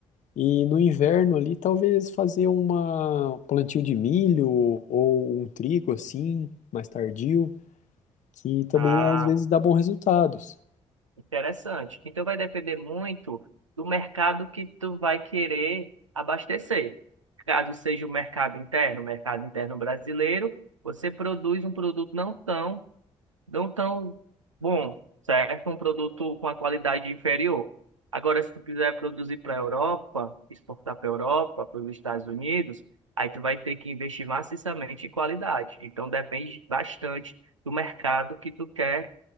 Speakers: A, on the left; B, on the right.
A: E no inverno ali, talvez fazer uma um plantio de milho ou um trigo assim, mais tardio, que também
B: Ah,
A: às vezes dá bons resultados.
B: Interessante. Então vai depender muito do mercado que tu vai querer abastecer. Caso seja o mercado interno, o mercado interno brasileiro, você produz um produto não tão, não tão bom, certo? Um produto com a qualidade inferior. Agora, se tu quiser produzir para a Europa, exportar para a Europa, para os Estados Unidos, aí tu vai ter que investir maciçamente em qualidade. Então depende bastante do mercado que tu quer